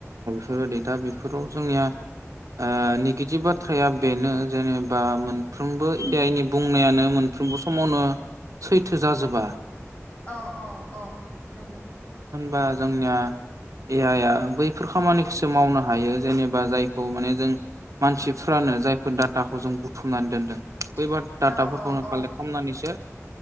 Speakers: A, on the right (about 80°); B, on the left (about 25°).
A: फोरबायदि दा बेफोराव जोंनिया ओ निगेटिभ बाथ्राया बेनो जेनेबा मोनफ्रोमबो ए आइनि बुंनायानो मोनफ्रोमबो समावनो सैथो जाजोबा।
B: औ, औ, औ नंगौ।
A: बा जोंनिया ए आइ आ बैफोर खामानिखौसो मावनो हायो। जेनेबा जायखौ माने जों मानसिफ्रानो जायफोर डाटाखौ जों बुथुमनानै दोनदों। फैबा डाटाफोरखौनो
B: औ औ औ
A: कालेक्ट खालामनानैसो